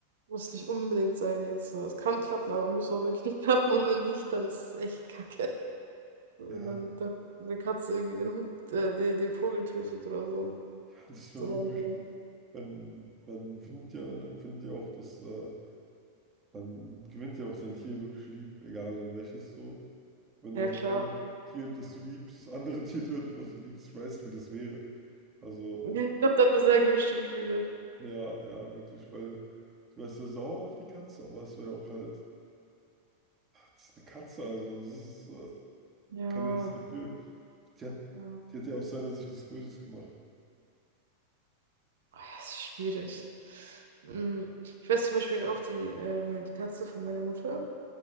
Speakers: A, on the right (about 60°); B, on the right (about 25°).
A: Muss nicht unbedingt sein jetzt. So, es kann klappen, aber muss auch wirklich <laughs> nicht klappen. Und wenn nicht, dann ist es echt kacke. So,
B: Ja,
A: Wenn dann der, eine Katze irgendwie den Hund, äh, den, den Vogel tötet oder so.
B: <laughs> das wäre
A: So
B: wirklich,
A: meine,
B: man, man findet ja, man findet ja auch, dass äh, Dann gewinnt ja auch sein Tier wirklich lieb, egal dann welches so. Wenn
A: ja,
B: dann
A: klar.
B: ein Tier, das du liebst, das andere <laughs> Tier tötet, was du liebst, ich weiß nicht, wie das wäre. Also,
A: Ich glaube, da hat man sehr gemischte Gefühle.
B: ja, ja, wirklich, weil du wärst ja sauer auf die Katze, aber es wäre auch halt, das ist eine Katze, also das ist, äh,
A: Ja,
B: kann ja nichts dafür. Die hat,
A: ja.
B: die hat ja aus seiner Sicht nichts Böses gemacht.
A: Oh, ja, es ist schwierig. Hm, Ich weiß zum Beispiel auch die, ähm, die Katze von meiner Mutter.